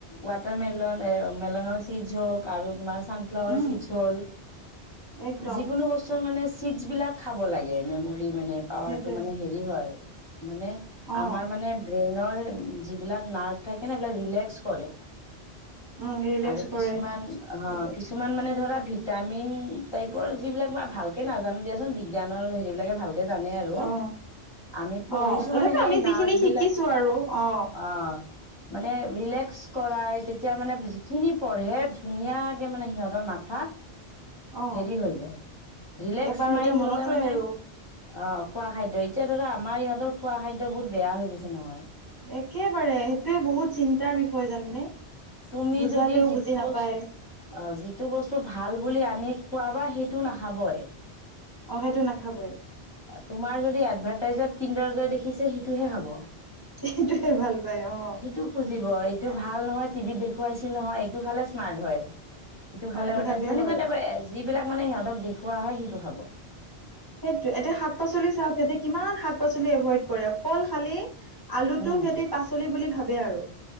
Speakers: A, on the left; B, on the right.
A: ৱাটাৰ মেলন এ মেলনৰ চিজ হওঁক আৰু তোমাৰ ছানফ্লোৱাৰ
B: উম
A: চিডছ হল
B: একদম
A: যিকোনো বস্তুৰ মানে। চিডছ বিলাক খাব লাগে মেমৰি মানে পাৱাৰটো
B: সেইটোৱে
A: মানে হেৰি হয়। মানে
B: অ
A: আমাৰ মানে ব্ৰেইন নৰ যিবিলাক নাৰ্ভছ থাকে নে সেইবিলাক ৰিলেস্ক কৰে
B: উম ৰিলেক্স
A: আৰু কিছুমান
B: কৰে
A: অ
B: সেইটোৱে।
A: কিছুমান মান ধৰা ভিটামিন টাইপৰ যিবিলাক বা ভালকে নাজানো দিয়াচোন বিজ্ঞানৰ হেৰিবিলাক ভাল। সে জানে আৰু
B: অ
A: আমি পঢ়িছো
B: অ তথাপি
A: মানে সেই
B: আমি
A: নাৰ্ভ
B: যিখিনি
A: বিলাক
B: শিকিছো আৰু অ
A: অঁ মানে ৰিলাক্স কৰা এতিয়া মানে যিখিনি পঢ়ে ধুনীয়াকে মানে সিহঁতৰ মাথাত
B: অ
A: হেৰি হৈ যায় লেক্স
B: এবাৰতে
A: মাইড
B: মনত
A: হলে
B: ৰয়
A: মানে
B: আৰু
A: অঁ খোৱা খাদ্য এতিয়া ধৰা আমাৰ ইহতৰ খোৱা খাদ্য বহুত বেয়া হৈ গৈছে নহয়
B: একেবাৰে সেইটোয়ে বহুত চিন্তাৰ বিষয় জানেনে
A: তুমি
B: বুজালেও
A: যদি যিটো
B: বুজি নাপায়
A: বস্তু অঁ যিটো বস্তু ভাল। বুলি আনি খোৱাবা সেইটো নাখাবই।
B: অ সেইটো নাখাবই
A: তোমাৰ যদি এডভাৰটাইজত। কিন্দৰজয় দেখিছে, সেইটোহে খাব
B: সেইটোয়ে ভাল পায় অ
A: সেইটো খুজিব। এইটো ভাল নহয় টিভিত দেখুৱাইছিল নহয় এইটো খালে স্মাৰ্ট হয়। ইটো খালে
B: অ এইটো
A: মানে
B: খালেই
A: যি মানে
B: হয়
A: এনেকুৱা যিবিলাক মানে সিহঁতক দেখুওৱা হয় সিটো খাব
B: সেইটো এতিয়া শাক পাচলি চাওঁক যাতে কিমান শাক পাচলি এভইড কৰে অকল খালি আলুটো
A: উম
B: সিহঁতিৰ পাচলি বুলি ভাবে আৰু